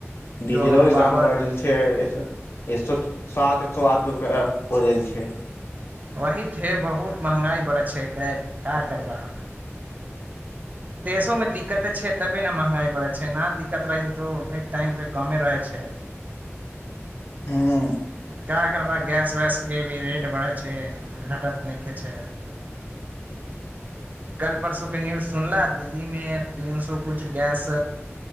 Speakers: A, on the left (about 60°); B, on the right (about 35°).
A: डीजलो
B: जो हम पावर
A: दाम बढ़ल छै एक सए सात एक सए आठ रुप हो देल छै
B: वही छै बहुत महँगाइ बड़ै छै कै क्या करबह देशोमे दिक्कते छै तबे ने महगाइ बढ़ै छै नहि दिक्कत रहै छै तऽ एक टाइमपर कमे रहै छै
A: हँ
B: क करबा गैस वैसके भी रेट बढ़ै छै घटत नहि ख छै कल परसूके न्यूज सुनलाह दिल्लीमे तीन सए कुछु गैस